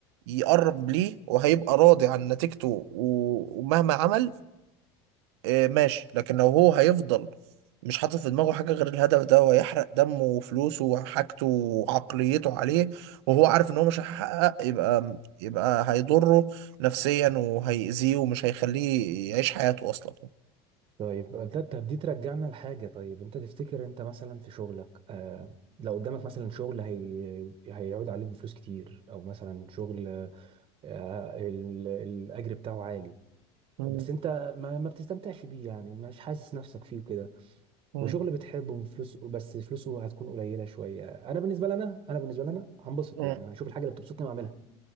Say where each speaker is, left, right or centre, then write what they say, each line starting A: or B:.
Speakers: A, on the right; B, on the right.
A: يقرب ليه وهيبقى راضي عن نتيجته و- ومهما عمل آه، ماشي لكن لو هو هيفضل مش حاطط في دماغه حاجة غير الهدف ده وهيحرق دمه وفلوسه وحاجته وعقليته عليه وهو عارف ان هو مش هيحقق يبقى يبقى هيضره نفسيا وهيأذيه ومش هيخليه يعيش حياته اصلا
B: طيب ده طب دي ترجعنا لحاجة طيب انت تفتكر انت مثلا في شغلك آه لو قدامك مثلا شغل هي هيعود عليك بفلوس كتير او مثلا شغل آه ال- الاجر بتاعه عالي
A: مم.
B: بس انت ما, ما بتستمتعش بيه يعني مش حاسس نفسك فيه كده
A: مم.
B: وشغل بتحبه فلوس بس فلوسه هتكون قليلة شوية انا بالنسبة لنا انا بالنسبة لنا هنبسط
A: مم.
B: يعني هشوف الحاجة اللي بتبسطني واعملها